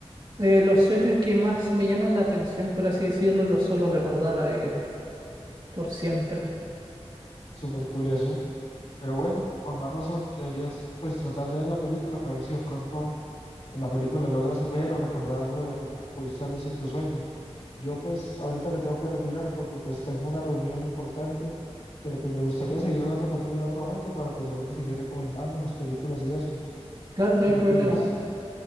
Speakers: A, on the right (about 45°); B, on the left (about 75°).
A: Eh, los sueños que más me llaman la atención, por así decirlo, los suelo recordar eh, por siempre.
B: súper cool eso. Pero bueno, con más razón, deberías pues tratar de ver la película para ver si de pronto en la película logras ver o recordar algo de lo que pudiste haber visto en tu sueño. Yo pues ahorita me tengo que retirar porque pues tengo una reunión importante, pero pues me gustaría seguir hablando contigo en otro momento para pues de pronto seguir recomendándonos películas y eso.
A: Claro, no
B: sé
A: hay
B: qué
A: problema.
B: opinas?